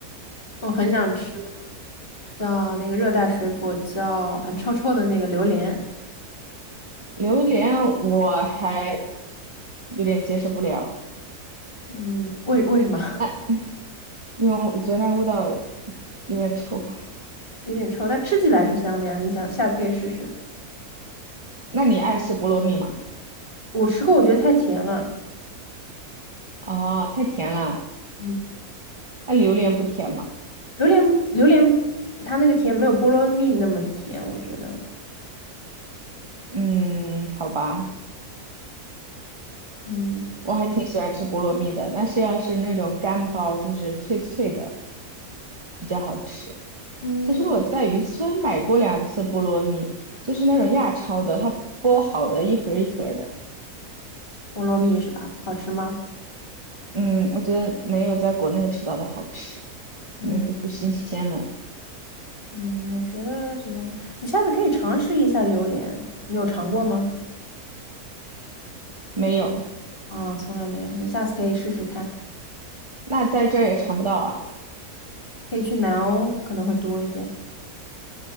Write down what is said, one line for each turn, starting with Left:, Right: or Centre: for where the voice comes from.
Left: 我很想吃叫那个热带水果，叫很臭臭的那个榴莲。
Right: 榴莲，我还有点接受不了。
Left: 嗯，为为什么 <laughs>
Right: 那因为我觉得那个味道有点臭。
Left: 有点臭？但吃起来是香的呀。你想下次可以试试。
Right: <laughs> 那你爱吃菠萝蜜吗？
Left: 我吃过，我觉得太甜了。
Right: 哦，太甜了。
Left: 嗯
Right: 那榴莲不甜吗？
Left: 榴莲榴莲它那个甜没有菠萝蜜那么甜，我觉得。
Right: 嗯，好吧，
Left: 嗯，
Right: 我还挺喜欢吃菠萝蜜的，但是要是那种干包，就是脆脆的，比较好吃。
Left: 嗯，
Right: 其实我在渔村买过两次菠萝蜜，就是那种亚超的，它剥好的一盒儿一盒儿的。
Left: 菠萝蜜是吧？好吃吗？
Right: 嗯，我觉得没有在国内吃到的好吃，
Left: 嗯
Right: 可能都不新鲜了。
Left: 嗯，我觉得怎么，你下次可以尝试一下榴莲，你有尝过吗？
Right: 没有，
Left: 啊、从来没有，那下次可以试试看，
Right: 那在这儿也尝不到啊。
Left: 可以去南欧，可能会多一点。